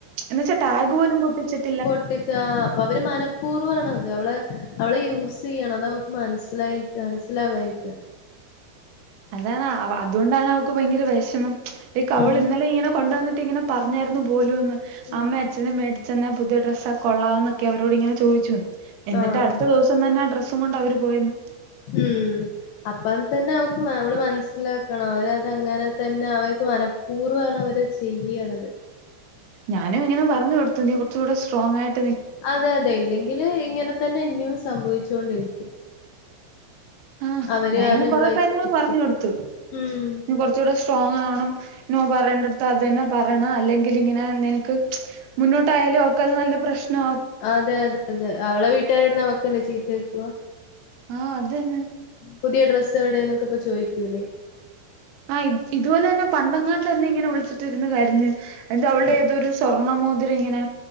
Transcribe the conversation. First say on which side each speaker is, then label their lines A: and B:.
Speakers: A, on the right; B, on the left.
A: എന്ന് വച്ചാ ടാഗ് പോലും പൊട്ടിച്ചിട്ടില്ല
B: പൊട്ടിച്ചാ ആഹ് അപ്പൊ അവര് മനഃപൂർവ്വാണത് അവളെ അവളെ യൂസ് ചെയ്യാണത് അവക്ക് മനസ്സിലായി മൻസിലാവായിട്ട
A: അതാണ് അവ അതുകൊണ്ടാണ് അവക്ക് ഭയങ്കര വെഷമം ലൈക്ക് അവളിന്നലെ
B: ഉം
A: ഇങ്ങനെ കൊണ്ടുവന്നിട്ട് ഇങ്ങനെ പറഞ്ഞാരുന്നു പോലൂന്ന്
B: ഉം
A: അമ്മേം അച്ഛനും മേടിച്ച് തന്ന പുതിയ ഡ്രസ്സാ കൊള്ളാവന്നൊക്കെ അവരോടിങ്ങനെ ചോദിച്ചുന്ന് എന്നിട്ട്
B: ആഹ്
A: അടുത്ത ദിവസം തന്നെ ആ ഡ്രസ്സും കൊണ്ട് അവര് പോയന്ന്
B: ഉം അപ്പം തന്നെ അവക്ക് മാ അവള് മനസ്സിലാക്കണം അവരതങ്ങനെ തന്നെ അവർക്ക് മന പൂർവ്വാണ് അവരത് ചെയ്യണത്
A: ഞാനും ഇങ്ങനെ പറഞ് കൊടുത്തു നീ കൊർച്ചൂടെ സ്ട്രോങ്ങായിട്ട്
B: അതെ അതെ ഇല്ലെങ്കില് ഇങ്ങനെ തന്നെ ഇനിയും സംഭവിച്ചോണ്ടിരിക്കും
A: ആഹ്
B: അവര്
A: ഞാന
B: കാരണം
A: ഇനെ കൊറെ
B: ഇവളേക്ക്
A: കാര്യങ്ങൾ
B: വിഷമിക്കും.
A: പറഞ്ഞു കൊടുത്
B: ഉം
A: ന്നി കൊർ ച്ചൂടെ സ്ട്രോങ്ങാവണം നോ പറയേണ്ടട്ത് ത്തത് തന്നെ പറയണം അല്ലെങ്കിൽ ഇങ്ങനെ നിനക്ക് മുന്നോട്ടായാലും അവക്കത് നല്ല പ്രശ്നാ
B: അതെ അതെ അതെ അവളെ വീട്ടുകാരെട്ത്ത്‌ന്ന് അവക്കല്ലേ ചീത്തേ കേക്കുവാ
A: ആഹ് അതൻ
B: പുതിയ ഡ്രസ്സെ വിടെന്നൊക്കെപ്പ ചോദിക്കൂലെ
A: ആഹ് ഇതുപോലെ തന്നെ പണ്ടങ്ങാണ്ട് എന്നെ ഇങ്ങനെ വിളിച്ചിട്ട് ഇരുന്ന് കരഞ്ഞ് എന്താ അവൾടെ
B: ഉം
A: ഏതൊരു സ്വർണ മോതിര ഇങ്ങനെ